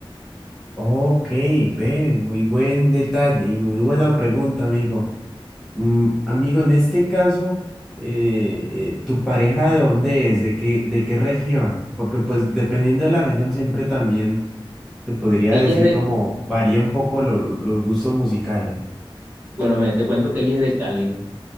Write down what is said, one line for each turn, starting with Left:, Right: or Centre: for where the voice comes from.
Centre: Ok, ve, muy buen detalle y muy buena pregunta, amigo. Mm, amigo, en este caso, eh, eh, ¿tu pareja de dónde es? ¿De qué, de qué región? Porque pues dependiendo de la región siempre también te podría
Right: Ella
Centre: decir
Right: es de
Centre: como varía un poco lo- los gustos musicales.
Right: Bueno, mira, te cuento que ella es de Cali.